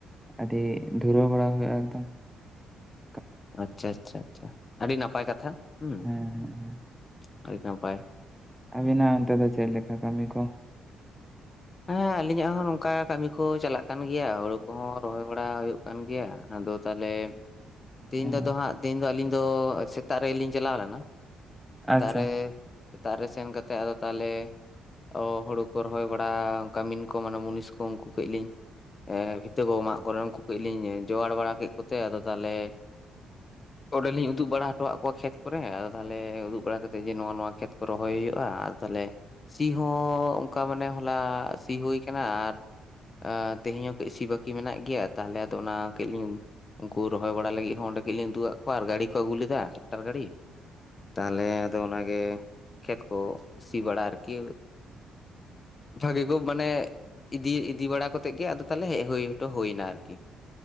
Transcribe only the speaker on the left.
ᱟᱪᱪᱷᱟ ᱟᱪᱪᱷᱟ ᱟᱪᱪᱷᱟ ᱟᱹᱰᱤ ᱱᱟᱯᱟᱭ ᱠᱟᱛᱷᱟ ᱦᱩᱸ
᱾ <unintelligible> ᱱᱟᱯᱟᱭ ᱾
ᱦᱮᱸ ᱟᱞᱤᱧᱟᱜ ᱦᱚᱸ ᱱᱚᱝᱠᱟ ᱠᱟᱹᱢᱤ ᱠᱚ ᱪᱟᱞᱟᱜ ᱠᱟᱱ ᱜᱮᱭᱟ, ᱦᱳᱲᱳ ᱠᱚᱦᱚᱸ ᱨᱚᱦᱚᱭ ᱵᱟᱲᱟ ᱦᱳᱭᱳᱜ ᱠᱟᱱ ᱜᱮᱭᱟ ᱟᱫᱚ ᱛᱟᱦᱚᱞᱮ ᱛᱮᱦᱤᱧ
ᱫᱚ ᱟᱫᱚ ᱦᱟᱸᱜ ᱛᱮᱦᱤᱧ ᱫᱚ ᱟᱹᱞᱤᱧ ᱫᱚ ᱥᱮᱛᱟᱜ ᱨᱮᱞᱤᱧ ᱪᱟᱞᱟᱣ ᱞᱮᱱᱟ, ᱥᱮᱛᱟᱜ
ᱨᱮ ᱥᱮᱛᱟᱜ ᱨᱮ ᱥᱮᱱ ᱠᱟᱛᱮᱫ ᱟᱫᱚ ᱛᱟᱦᱚᱞᱮ ᱚ ᱦᱳᱲᱩ ᱠᱚ ᱨᱚᱦᱚᱭ ᱵᱟᱲᱟ, ᱠᱟᱢᱤᱱ ᱠᱚ ᱢᱟᱱᱮ ᱢᱩᱱᱤᱥ ᱠᱚ ᱩᱱᱠᱩ ᱠᱟᱹᱡ ᱞᱤᱧ ᱵᱷᱤᱛᱟᱹ ᱠᱚ ᱢᱟᱜ ᱠᱚᱨᱮ ᱩᱱᱠᱩ ᱠᱟᱹᱡ ᱞᱤᱧ ᱡᱳᱜᱟᱲ ᱵᱟᱲᱟ ᱠᱮᱫ ᱠᱚᱛᱮ ᱟᱫᱚ ᱛᱟᱦᱚᱞᱮ ᱚᱸᱰᱮᱞᱤᱧ ᱩᱫᱩᱜ ᱵᱟᱲᱟ ᱦᱚᱴᱚᱣᱟᱜ ᱠᱚᱣᱟ ᱠᱷᱮᱛ ᱠᱚᱨᱮ ᱟᱫᱚ ᱛᱟᱦᱚᱞᱮ ᱩᱫᱩᱜ ᱵᱟᱲᱟ ᱠᱟᱛᱮᱫ ᱡᱮ ᱱᱚᱣᱟ ᱱᱚᱣᱟ ᱠᱷᱮᱛ ᱠᱚ ᱨᱚᱦᱚᱭ ᱦᱩᱭᱩᱜᱼᱟ ᱾ ᱛᱟᱦᱞᱮ ᱥᱤ ᱦᱚᱸ ᱚᱱᱠᱟ ᱢᱟᱱᱮ ᱦᱚᱞᱟ ᱥᱤ ᱦᱩᱭ ᱠᱟᱱᱟ ᱟᱨ ᱛᱮᱦᱮᱧ ᱦᱚᱸ ᱠᱟᱹᱡ ᱥᱤ ᱵᱟᱹᱠᱤ ᱢᱮᱱᱟᱜ ᱜᱮᱭᱟ, ᱛᱟᱦᱚᱞᱮ ᱟᱫᱚ ᱚᱱᱟ ᱠᱟᱹᱡ ᱞᱤᱧ ᱩᱱᱠᱩ ᱨᱚᱦᱚᱭ ᱵᱟᱲᱟ ᱞᱟᱹᱜᱤᱫ ᱚᱸᱰᱮ ᱠᱟᱹᱡ ᱞᱤᱧ ᱩᱫᱩᱜ ᱟᱜ ᱠᱚᱣᱟ ᱜᱟᱲᱤ ᱞᱮᱫᱟ ᱴᱮᱠᱴᱟᱨ ᱜᱟᱲᱤ᱾ ᱛᱟᱦᱚᱞᱮ ᱟᱫᱚ ᱚᱱᱟᱜᱮ ᱠᱷᱮᱛ ᱠᱚ ᱥᱤ ᱵᱟᱲᱟ ᱟᱨᱠᱤ᱾ ᱵᱷᱟᱜᱤ ᱠᱚ ᱢᱟᱱᱮ ᱤᱫᱤ ᱤᱫᱤ ᱵᱟᱲᱟ ᱠᱟᱛᱮ ᱜᱮ ᱟᱫᱚ ᱛᱟᱞᱦᱮ ᱦᱮᱡᱽ ᱦᱩᱭ ᱦᱚᱴᱚ ᱦᱩᱭᱱᱟ ᱟᱨᱠᱤ,